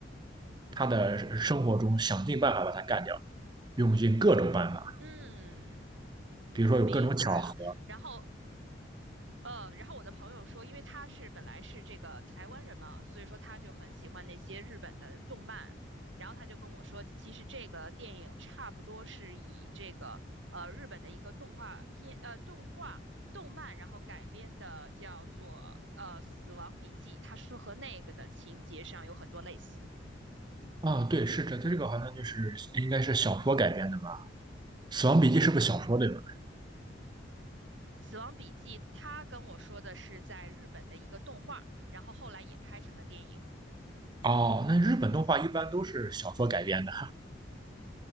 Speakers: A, on the right (about 20°); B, on the right (about 80°).
A: 他的生活中想尽办法把他干掉，用尽各种办法。
B: 嗯，
A: 比如说有各种巧合
B: 明白了。然后呃，然后我的朋友说，因为他是本来是这个台湾人嘛，所以说他就很喜欢那些日本的动漫，然后他就跟我说，其实这个电影差不多是以这个呃日本的一个动画片呃动画动漫，然后改编的，叫做呃《死亡笔记》，他说和那个的情节上有很多类似。
A: 啊，对，是这这个好像就是应该是小说改编的吧，《死亡笔记》是不是小说对吧？
B: 《死亡笔记》他跟我说的是在日本的一个动画，然后后来也拍成了电影。
A: 哦，那日本动画一般都是小说改编的，